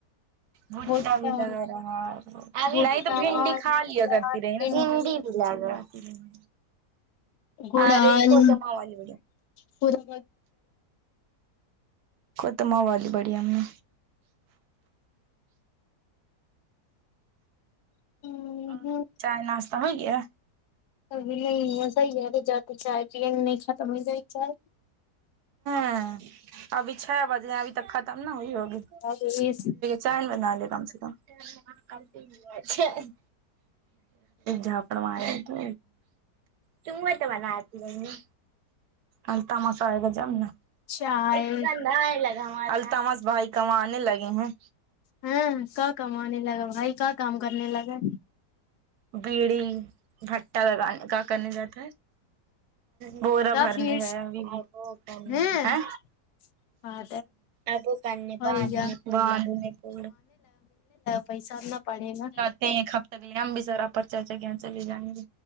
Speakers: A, on the right; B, on the left.
A: بھٹٹا
B: بھٹا
A: بھی لگا رہا اب
B: بھٹا
A: نہیں تو بھنڈی کھا
B: بھنڈی
A: لیا کرتی رہی بھڈی بھی یاد آتی نا
B: گڑال
A: آرہی کو کماوہلی
B: پورا
A: ختمہ والی بڑی امی
B: لگا
A: اور چائے ناشتا ہو گیا
B: ابھی نہیں یہ صحی ہے تو جاتی چائے پیے نہیں ختم ہو جائے چائے
A: ہاں ابھی چھ بج رہے ہیں ابھی تک ختم نہا ہوئی ہوگی
B: چائے
A: چیاند بنا لے کم سے کم جاپڑ مارے تو تم نے تو بناتی ہوں گی التمسی صحبے جمنا
B: چائے
A: ایک گندا لگا التمس بھائی کماں آنے لگے ہیں
B: ہاں کا کمانے لگا بھائی کا کام کرنے لگا
A: بیڑی بٹا لگانے کا کارنی جات بورا
B: کا
A: بھرنے
B: بھیڑ
A: گیا
B: ہاں ہاں
A: ابو پھڑنے
B: ہوئی
A: کو باندنے
B: گا
A: کو باندنے کو
B: پیس نہ پڑ نہ
A: ایک ہفتے کے لے ہم بھی ذرا پرچاچا کے یہاں چلے جائیں گے